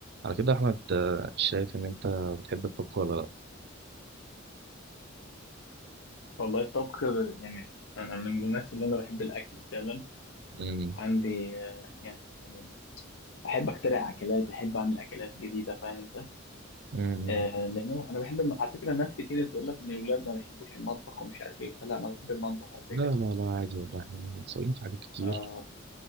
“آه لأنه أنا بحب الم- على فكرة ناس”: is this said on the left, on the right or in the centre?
Left